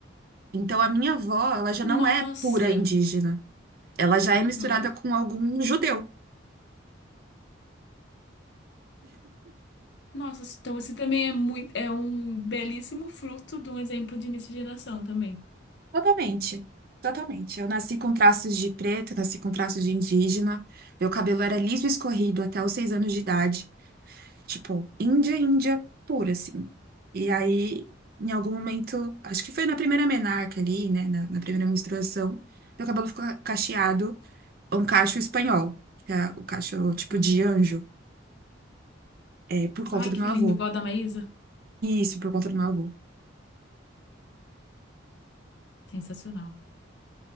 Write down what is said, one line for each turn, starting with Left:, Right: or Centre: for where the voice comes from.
Right: Então a minha avó, ela já não
Left: Nossa.
Right: é pura indígena. Ela já
Left: Uhum.
Right: é misturada com algum judeu.
Left: Nossa, então você também é muito, é um belíssimo fruto de um exemplo de miscigenação também.
Right: Totalmente. Totalmente. Eu nasci com traços de preto, nasci com traços de indígena. Meu cabelo era liso e escorrido até os seis anos de idade. Tipo, Índia, Índia pura, assim. E aí, em algum momento, acho que foi na primeira menarca ali, né? Na, na primeira menstruação, meu cabelo ficou cacheado, um cacho espanhol, que é o cacho tipo
Left: Uhum.
Right: de anjo, é, por conta
Left: Ai,
Right: do
Left: que
Right: meu avô.
Left: lindo, igual a da Maísa.
Right: Isso, por conta do meu avô.
Left: Sensacional.